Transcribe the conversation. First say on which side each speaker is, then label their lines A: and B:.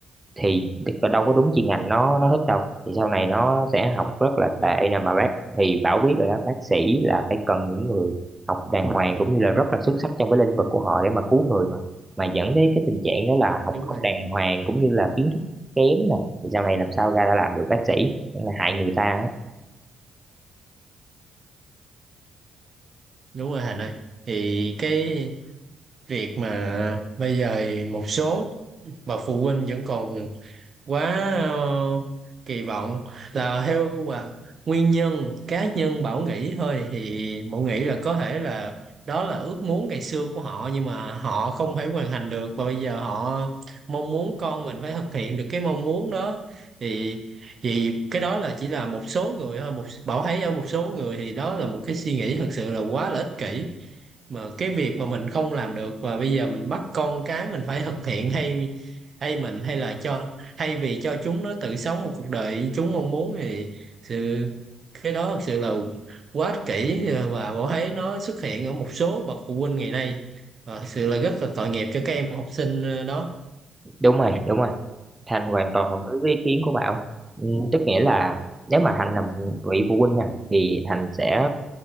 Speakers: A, on the right; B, on the right.
A: thì có- đâu có đúng chuyên ngành nó nó thích đâu thì sau này nó sẽ học rất là
B: đúng
A: tệ nè mà bác thì Bảo biết rồi đó bác sĩ là phải cần những người học đàng hoàng cũng như là rất là xuất sắc trong cái lĩnh vực của họ để mà cứu người mà mà dẫn đến cái tình trạng đó là học
B: đúng
A: không
B: rồi
A: đàng hoàng cũng như là kiến thức kém nè thì sau này làm sao ra đã làm được bác sĩ Nên là hại người ta á.
B: đúng rồi Hành ơi thì cái việc mà bây giờ một số bậc phụ huynh vẫn còn quá ờ, kỳ vọng là theo và nguyên nhân cá nhân Bảo nghĩ thôi thì Bảo nghĩ là có thể là đó là ước muốn ngày xưa của họ nhưng mà họ không thể hoàn thành được và bây giờ họ mong muốn con mình phải thực hiện được cái mong muốn đó thì thì cái đó là chỉ là một số người thôi một Bảo thấy ở một số người thì đó là một cái suy nghĩ thật sự là quá là ích kỷ mà cái việc mà mình không làm được và bây giờ mình bắt con cái mình phải thực hiện hay hay mình hay là cho hay vì cho chúng nó tự sống một cuộc đời chúng mong muốn thì sự cái đó thực sự là quá ích kỷ ờ, và Bảo thấy nó xuất hiện ở một số bậc phụ huynh ngày nay và thực sự là rất là tội nghiệp cho các em học sinh ờ, đó
A: đúng rồi đúng rồi Thành hoàn toàn đồng ý với ý kiến của bạn ừ, tức nghĩa là nếu mà Thành là một vị phụ huynh nha thì Thành sẽ